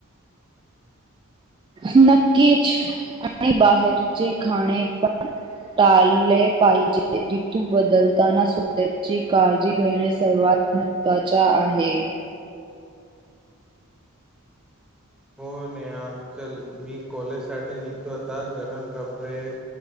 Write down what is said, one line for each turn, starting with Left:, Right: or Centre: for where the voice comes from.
Right: नक्कीच आणि बाहेरचे खाणे पण टाळले पाई जे ऋतु बदल ताना स्वतःची काळजी घेणे सर्वात महत्त्वाच्या आहे.
Centre: हो नेहा चल मी कॉलेजसाठी निघतो होता गरम कपडे